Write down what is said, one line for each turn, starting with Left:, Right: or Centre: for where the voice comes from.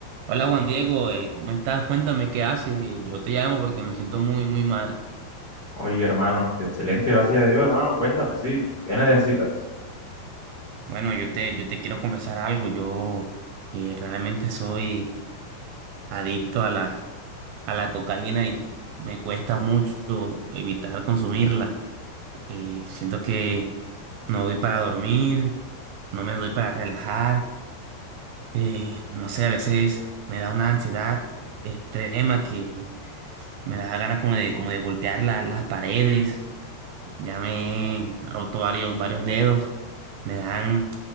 Right: Hola Juan Diego, eh, ¿cómo estás? Cuéntame qué haces. Eh, yo te llamo porque me siento muy, muy mal.
Left: Oye, hermano, este, excelente, gracias a Dios, hermano. Cuéntame, sí, ¿qué necesitas?
Right: Bueno, yo te, yo te quiero confesar algo. Yo eh, realmente soy adicto a la, a la cocaína y me cuesta mucho evitar consumirla. Eh, siento que no doy para dormir, no me doy para relajar. Eh, no sé, a veces me da una ansiedad extrema que me da ganas como de, como de golpear la- las paredes. Ya me he roto varios, varios dedos. Me dan